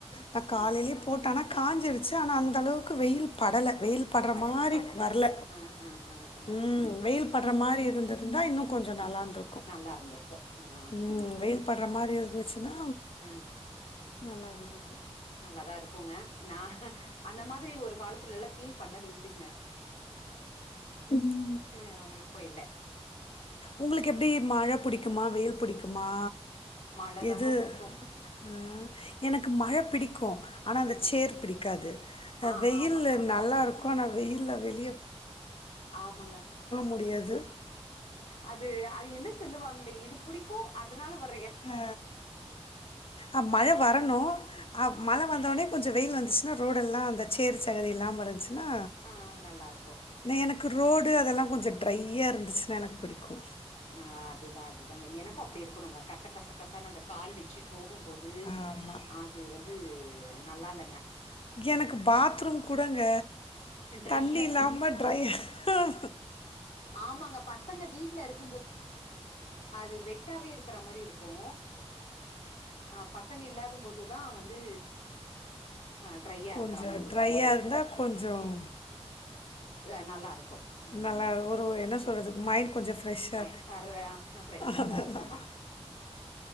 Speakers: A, on the left; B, on the left.
A: நா
B: அ
A: காலைலயே போட்டானா காஞ்சிருது ச்சு ஆனா அந்தளவுக்கு வெயில் படல வெயில் பட்ற
B: படல
A: மாரி வர்ல
B: அ அ அ அ
A: ம் வெயில் பட்ற மாரி இருந்திருந்தா இன்னோ கொஞ் சோ நல்லாந்திருக்கோ
B: நல்லா இருந்திருக்கு நா
A: ம் வெயில் பட்ற மாரி இருந்துச்சுனா
B: அ
A: நல்லா இருந்திருக்கோ
B: நல்லாதா இருக்கோங்க நா அந்த மாதிரி ஒரு காலத்துலலா ஃபீல் பண்ணது உண்டுங்க
A: ம்
B: ஹு இப்போ இல்ல
A: உங்களுக்கு எப்டி மழ பிடிக்குமா வெயில் பிடிக்குமா
B: மழ தாங்க
A: எது
B: புடிக்கு
A: ஆ எனக்கு மழ பிடிக்கோ ஆனா அந்த
B: ம்
A: சேர் பிடிக்காது அ
B: ஆ
A: வெயில்
B: ஆமா
A: நல்லா இருக்கோ ஆனா வெயில்ல வெளி
B: ஆமாங்க
A: முடியாது.
B: அது அது என்ன சொல்லுவாங்க இது பிடிக்கோ அதனால வந்
A: அ அ மழ வரணோ அ மழ வந்தவொட்னே கொஞ்சோ வெயில் வந்துச்சுன்னா ரோடெல்லா அந்த சேர் சகதி இல்லாம இருந்துச்சுன்னா
B: ஆ நல்லாருக்கு
A: எனக்கு இப்போ ரோடு அதெல்லா கொஞ்சோ ட்ரையா இருந்துச்சுனா எனக்கு பிடிக்கு
B: ஆ அதுதா அதுதாங்க எனக்கோ அப்டி இருக்கணோங்க கச கச கசன்னு அந்த கால் வெச்சு போகும்போது
A: ஆமா.
B: அது வந்து நல்லா இல்லங்க
A: எனக்கு பாத்ரூம் கூடங்க
B: ட்ரையா
A: தண்ணி
B: இருக்கணோ
A: இல்லாம ட்ரையா
B: ஆமாங்க பசங்க வீட்ல இருக் அது வெட்டாவே இருக்குற மாரி இருக்கோ ஆ பசங்க இல்லாத போதுந்தா வந்து ஆ ட்ரையா
A: கொஞ்சம்
B: இருக்குற மாரி இருக்கோ
A: ட்ரையா இருந்தா கொஞ்சம்
B: ஆ நல்லா இருக்கோ ம்
A: நல்லா
B: ம்
A: ஒரு என்ன சொல்றது மைண்ட் கொஞ்சம் ஃப்ரெஷ்ஷா
B: ம அதுலயா ஃப்ரெஷ்ஷாதா
A: அதுதான்
B: இருக்கோ